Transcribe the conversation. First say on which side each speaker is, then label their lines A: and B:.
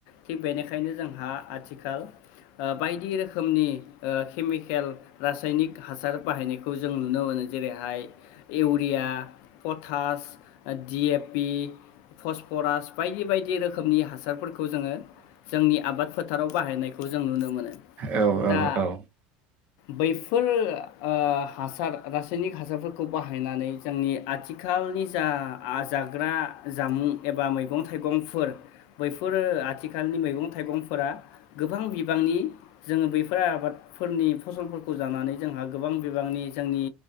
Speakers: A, on the left (about 55°); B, on the right (about 30°).
A: थिग बेनिखायनो जोंहा आथिखाल ओ बायदि रोखोमनि ओ केमिकेल रासायनिक हासार बाहायनायखौ जों नुनो मोनो जेरैहाय urea potash D A P phosphorus बायदि बायदि रोखोमनि हासारफोरखौ जोङो जोंनि आबाद फोथाराव बाहायनायखौ जों नुनो मोनो
B: औ औ
A: दा
B: औ
A: बैफोर ओ आं हासार रासायनिक हासारफोरखौ बाहायनानै जोंनि आथिखालनि जा जाग्रा जामुं एबा मैगं थाइगंफोर बैफोरो आथिखालनि मैगं थाइगंफोरा गोबां बिबांनि जोङो बैफोर आबाद फोरनि फसलफोरखौ जानानै जोंहा गोबां बिबांनि जोंनि